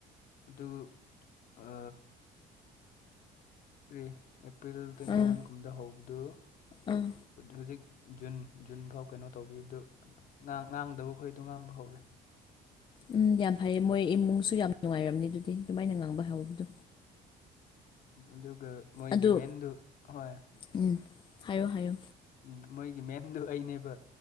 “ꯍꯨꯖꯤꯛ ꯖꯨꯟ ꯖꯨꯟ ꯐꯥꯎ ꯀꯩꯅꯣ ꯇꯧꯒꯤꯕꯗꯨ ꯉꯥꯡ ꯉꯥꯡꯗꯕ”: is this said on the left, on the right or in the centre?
Left